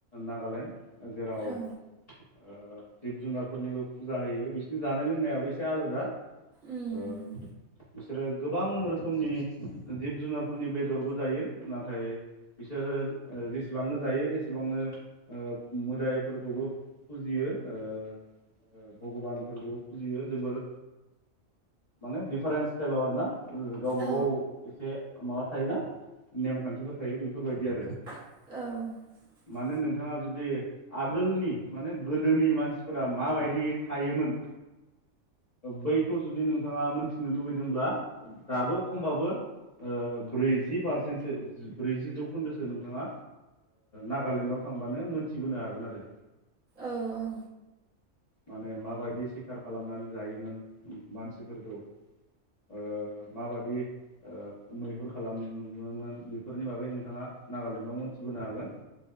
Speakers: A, on the left; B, on the right.
A: नागालेण्ड जेराव ओ
B: औ
A: जिब जुनारफोरनिबो फुजा होयो बिसोरनि जानाय लोंनायाबो एसे आलादा
B: उम
A: ओ बु बिसोरो गोबां रोखोमनि जिब जुनारफोरनि बेदरबो जायो नाथाय बिसोरो जेसेबांनो जायो एसेबांनो ओ मोदाइफोरखौबो फुजियो ओ ओ गबानफोरखौबो फुजियो जोबोर माने दिफारेन्ट स्टाइलाव आरो ना गावबा
B: औ
A: गाव एसे माबा थायोना नेमखान्थिफोर थायो बेफोरबायदि आरो
B: औ
A: मानो नों नोंथाङा जुदि आगोलनि माने गोदोनि मानसिफोरा माबायदि थायोमोन बैखौ जुदि नों नोंथाङा मोनथिनो लुुबैदोंब्ला दाबो खमबाबो ब्रैजि पारसेन्टसो ब्रैजि जौखोन्दोसो नोंथाङा नागालेण्डआव मोनथिबोनो हागोन आरो
B: औ औ
A: माने माबायदि सिखार खालामनानै जायोमोन मानसिफोरखौ ओ माबायदि ओ मैहुर खालामोमोन बेफोरनि बागै नोंथाङा नागालेण्डआव मोनथिबोनो हागोन।